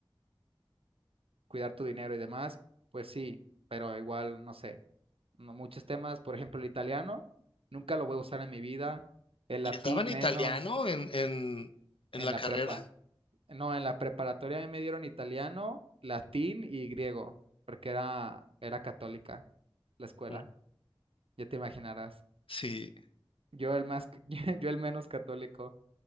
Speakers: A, on the right; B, on the left.
A: cuidar tu dinero y demás, pues sí, pero igual, no sé, no- muchos temas, por ejemplo, el italiano, nunca lo voy a usar en mi vida, el
B: les
A: latín
B: daban
A: menos,
B: italiano en, en, en
A: en
B: la
A: la
B: carrera.
A: prepa. No, en la preparatoria a mí me dieron italiano, latín y griego, porque era, era católica la escuela,
B: Mm.
A: ya te imaginarás.
B: Sí,
A: Yo el más, <laughs> yo el menos católico,